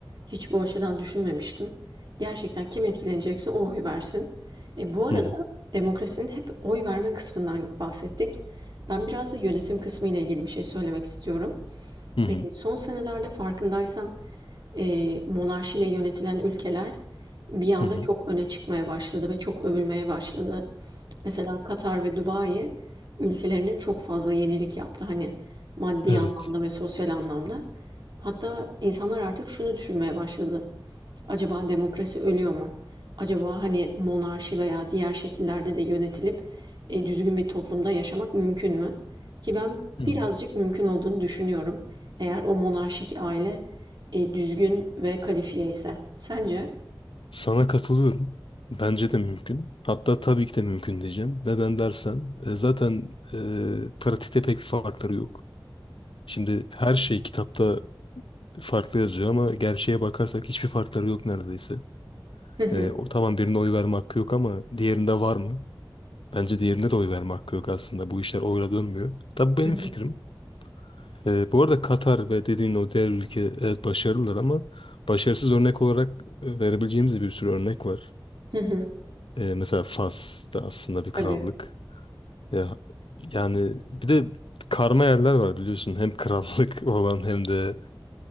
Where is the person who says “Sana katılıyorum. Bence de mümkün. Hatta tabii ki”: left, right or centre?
Left